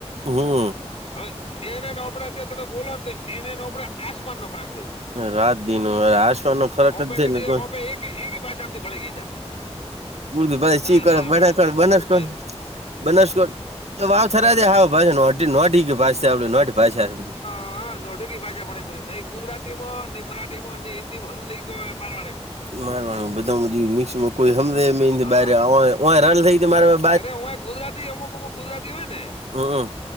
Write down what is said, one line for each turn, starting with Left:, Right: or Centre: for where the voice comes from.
Right: હમ
Left: હવે એનેને આપડે અત્યારે તમે બોલો ને તો એને ન આપડે આસમાન નો ફરાક
Right: રાત દિ ન આસવાનો ફરક
Left: ઓપે
Right: જ છે
Left: નથી
Right: ને કોઈ
Left: ઓપે એક એક ભાથી ફળ ગ
Right: ઉર્દુ ભાઈ
Left: ના
Right: શી
Left: ના
Right: કરે બનાસકાંઠ
Left: બનાટો
Right: બનાસકાંઠ
Left: પૂર વા ફરાવા
Right: બનાસકોટ તો વાવ થરા દ હ ભ નો ભ આપે નો ભધી
Left: હા નોઢુંકી ભાષા પડે પ નઈ ગુજરાતી માં નઈ મરાઠી માં નઈ હિન્દી માં નઈ મારવાડીમાં
Right: મારવાનું બધા મિક્સમાં કોઈ સમમે મેથી
Left: ભાષા
Right: બ
Left: હા
Right: રલ થઈ મારા
Left: અરે હય ગુજરાતી અમુક અમુક ગુજરાતી હોય ને
Right: હમ